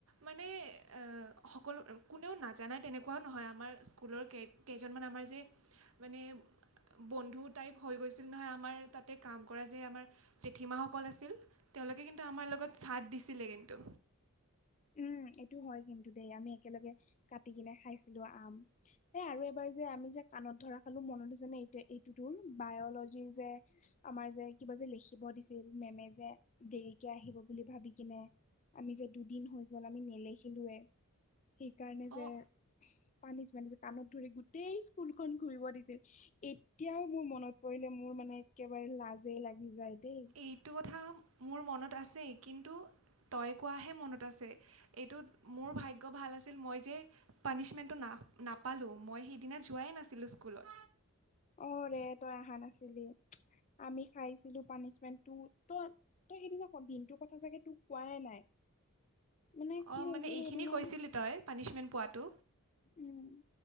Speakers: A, on the right; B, on the left.
A: মানে, সকলো কোনেও নাজানাই তেনেকুৱাও নহয়। আমাৰ স্কুলৰ কে কেইজনমান আমাৰ যে মানে বন্ধু টাইপ হৈ গৈছিল নহয় আমাৰ তাতে। কাম কৰা যে আমাৰ জেঠীমাসকল আছিল তেওঁলোকে কিন্তু আমাৰ লগত ছাদ দিছিলে কিন্তু।
B: উম, এইটো হয় কিন্তু দেই আমি একেলগে কাটি কিনে খাইছিলো আম। এ, আৰু এবাৰ যে আমি যে কাণত ধৰা খালো মনত আছেনে? এইটো যোন এই-এইটোতোৰ বায়লজি যে, আমাৰ যে কিবা যে লিখিব দিছিল মেমে যে দেৰিকে আহিব বুলি ভাবি কিনে। আমি যে দুদিন হৈ গল আমি নেলেখিলোয়ে। সেইকাৰণে যে
A: অ',
B: পানীচমেন্ত যে কাণত ধৰি গোটেই স্কুলখন ঘুৰিব দিছিল। এতিয়াও মোৰ মনত পৰিলে, মোৰ মানে একেবাৰে লাজেই লাগি যায় দেই।
A: এইটো কথা মোৰ মনত আছেই কিন্তু তই কোৱাহে মনত আছে। এইটোত মোৰ ভাগ্য ভাল আছিল মই যে, পানিছমেণ্টটো না নাপালোঁ। মই সেইদিনা যোৱাই নাছিলোঁ স্কুলত।
B: অ' ৰে তই অহা নাছিলি। আমি খাইছিলো পানিচমেণ্টটো। তই, তই সেইদিনা দিনটোৰ কথা চাগে তোক কোৱাই নাই। মানে কি
A: অ,
B: হৈছিল
A: মানে এইখিনি
B: সেইদিনা
A: কৈছিলি তই পানিছমেণ্ট পোৱাটো।
B: উম,